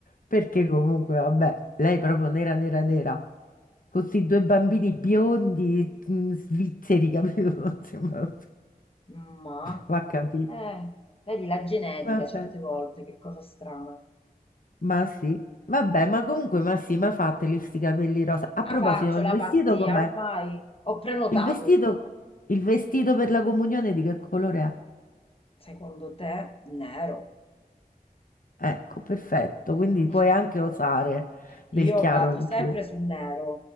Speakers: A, on the left; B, on the left.
A: Perché comunque, vabbè, lei proprio nera, nera, nera. Con questi due bambini biondi, mm, svizzeri, capito? <laughs>
B: Ma,
A: Va capito.
B: eh, vedi la genetica
A: Vabbè,
B: certe volte, che cosa strana.
A: ma sì. Vabbè, ma comunque, ma sì, ma fateli sti capelli rosa. A proposito,
B: Ah, faccio
A: ma il
B: la
A: vestito
B: pazzia,
A: com'è?
B: ormai ho prenotato
A: Il vestito,
B: ormai.
A: il vestito per la comunione di che colore
B: Secondo te, nero.
A: è? Ecco, perfetto. Quindi puoi
B: <laughs>
A: anche osare del
B: Io
A: chiaro
B: vado
A: in
B: sempre
A: più.
B: sul nero.